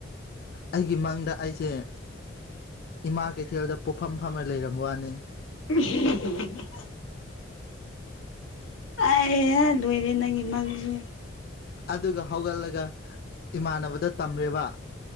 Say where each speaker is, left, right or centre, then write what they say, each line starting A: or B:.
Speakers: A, on the left; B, on the left.
A: ꯑꯩꯒꯤ ꯃꯪꯗ ꯑꯩꯁꯦ ꯏꯃꯥ ꯀꯩꯊꯦꯜꯗ ꯄꯣꯛꯐꯝ ꯐꯝꯔꯂꯩꯔꯝꯕ ꯋꯥꯅꯤ
B: <unintelligible> ꯑꯩ ꯍꯥ ꯂꯣꯏꯔꯦ ꯅꯪꯒꯤ ꯃꯡꯁꯨ
A: ꯑꯗꯨꯒ ꯍꯧꯒꯠꯂꯒ ꯏꯃꯥꯟꯅꯕꯗ ꯇꯝꯔꯦꯕ